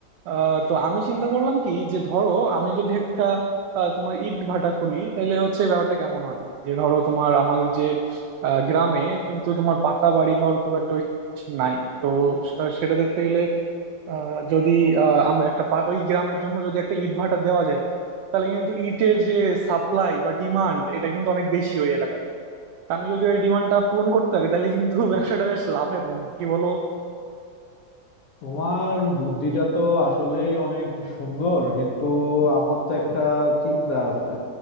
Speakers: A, on the right (about 85°); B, on the left (about 60°).
A: আহ, তো আমি চিন্তা করলাম কি যে ধরো আমি যদি একটা আহ, তোমার ইট ভাটা খুলি তাহলে হচ্ছে ব্যাপারটা কেমন হয় যে ধরো তোমার আমাদের যে আহ, গ্রামে কিন্তু তোমার পাকা বাড়ি ঘর খুব একটা বেশি নাই তো সে- সেটা দেখতে গেলে আহ, যদি আহ, আমরা একটা পা- ওই গ্রামের জন্য যদি একটা ইট ভাটা দেওয়া যায় তাহলে কিন্তু ইটের যে সাপ্লাই বা ডিমান্ড এটা কিন্তু অনেক বেশি ওই এলাকায় তা আমি যদি ওই ডিমান্ডটা পূরণ করতে পারি তাহলে কিন্তু <laughs> ব্যবসাটা বেশ লাভের বন্ধু কি বলো
B: তোমার বুদ্ধিটা তো আসলেই অনেক সুন্দর কিন্তু আমার তো একটা চিন্তা আছে